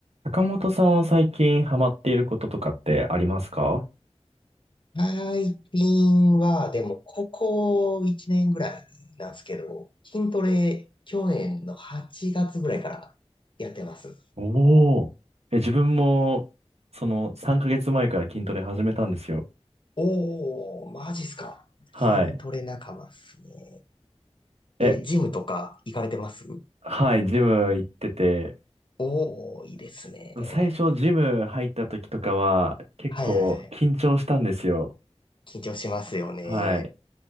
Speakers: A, on the right; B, on the left.
A: 坂本さんは最近ハマっていることとかってありますか
B: 最近は、でも、ここ1年ぐらいなんですけど、筋トレ、去年の8月ぐらいからやってます。
A: おおー。え、自分も、その3ヶ月前から筋トレ始めたんですよ。
B: おー、マジっすか。
A: はい。
B: 筋トレ仲間っすね。
A: え、
B: え、ジムとか行かれてます
A: はい、ジム行ってて、
B: おー、いいですね。
A: 最初ジム入った時とかは結構緊張したんですよ。
B: はいはいはい。緊張しますよね。
A: はい。